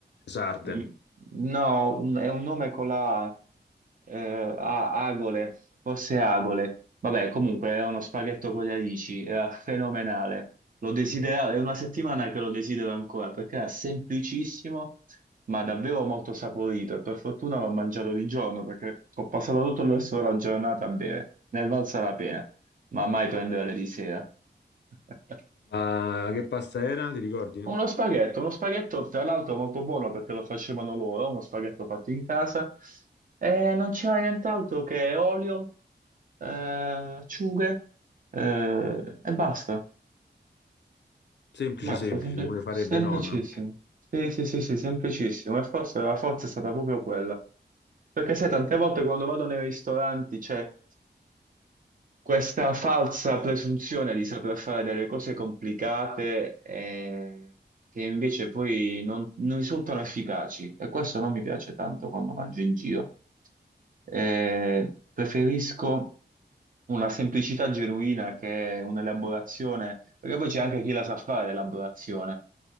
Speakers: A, on the left; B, on the right.
A: Sarde.
B: le- No, un- è un nome con la A, eh, a- agole, forse agole. Vabbè, comunque è uno spaghetto con le alici, era fenomenale. Lo desidera- è una settimana che lo desidero ancora perché era semplicissimo, ma davvero molto saporito. E per fortuna l'ho mangiato di giorno perché ho passato tutto il resto della giornata a bere. Ne è valsa la pena, ma mai prendere di sera. <laughs>
A: Ma che pasta era? Ti ricordi?
B: Uno spaghetto, uno spaghetto tra l'altro molto buono perché lo facevano loro, uno spaghetto fatto in casa. E non c'era nient'altro che olio, eh, acciughe, eh, e basta.
A: Semplice,
B: Mazza,
A: semplice,
B: sempl-
A: come le farebbe
B: semplicissimo.
A: nonna.
B: Sì, sì, sì, sì, semplicissimo. E forse la forza è stata proprio quella. Perché sai, tante volte quando vado nei ristoranti c'è questa falsa presunzione di saper fare delle cose complicate eh, che invece poi non, non risultano efficaci. E questo non mi piace tanto quando mangio in giro. Eh, preferisco una semplicità genuina che un'elaborazione, perché poi c'è anche chi la sa fare l'elaborazione,